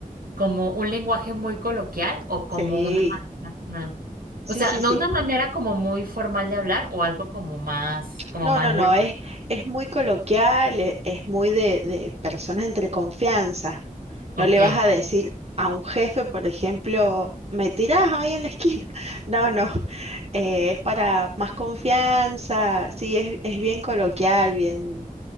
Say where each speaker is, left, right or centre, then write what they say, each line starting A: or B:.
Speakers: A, on the right; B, on the right.
A: como un lenguaje muy coloquial o como
B: Sí,
A: una manera,
B: sí,
A: o sea,
B: sí,
A: no
B: sí.
A: una manera como muy formal de hablar o algo como más, como
B: No,
A: más
B: no, no,
A: vulgar?
B: es, es muy coloquial, e- es, muy de, de personas entre confianza.
A: Ok,
B: No le vas a decir a un jefe, por ejemplo, me tirás ahí en la esquina. <laughs> No, no, eh, es para más confianza, sí, es, es bien coloquial, bien...